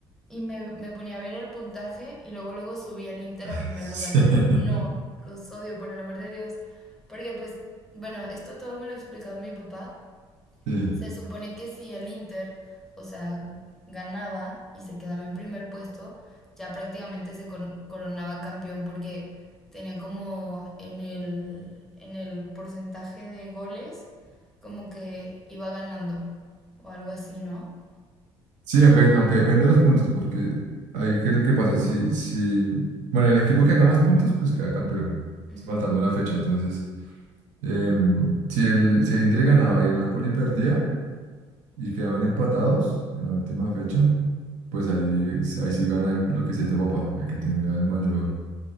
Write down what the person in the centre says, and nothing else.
y me, me ponía a ver el puntaje y luego luego subía el Inter
a primer lugar y yo, no, los odio, por el amor de Dios. Porque pues, bueno, esto todo me lo ha explicado mi papá
se supone que si el Inter, o sea, ganaba y se quedaba en primer puesto, ya prácticamente se con- coronaba campeón porque tenía como en el, en el porcentaje de goles, como que iba ganando o algo así, ¿no?
Ujú,